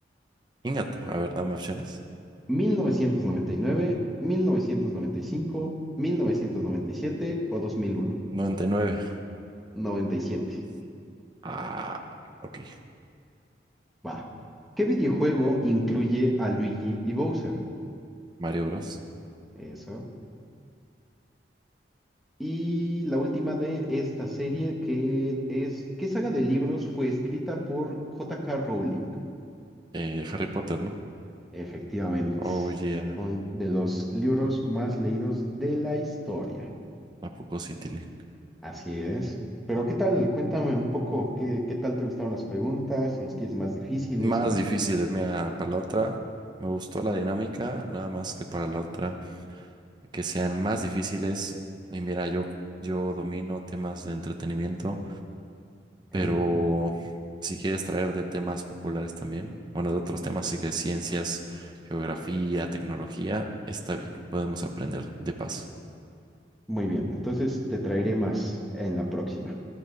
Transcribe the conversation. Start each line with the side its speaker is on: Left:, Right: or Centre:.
Right: Ingato. A ver, dame opciones.
Centre: mil mil mil novecientos novecientos novecientos noventa noventa y y nueve cinco mil novecientos noventa y siete o dos mil uno
Right: 99.
Centre: noventa y siete
Right: Ah, ok.
Centre: Va. ¿Qué videojuego incluye a Luigi y Bowser?
Right: Mario Bros.
Centre: Eso. Y la última de esta serie que es, ¿qué saga de libros fue escrita por J.K. Rowling?
Right: Eh, Harry Potter, ¿no?
Centre: Efectivamente.
Right: Oh, yeah.
Centre: Son de los libros más leídos de la historia.
Right: ¿A poco sí tienen?
Centre: Así es. Pero ¿qué tal? Cuéntame un poco, ¿qué, qué tal te gustaron las preguntas? Si las quieres más difíciles
Right: Más
Centre: o más
Right: difíciles,
Centre: fáciles.
Right: mira, para la otra me gustó la dinámica, nada más que para la otra que sean más difíciles. Y mira, yo, yo domino temas de entretenimiento.
Centre: Ok,
Right: Pero si quieres traer de temas populares también, bueno, de otros temas, así que ciencias, geografía, tecnología, está bien, podemos aprender de paso.
Centre: muy bien. Entonces te traeré más en la próxima.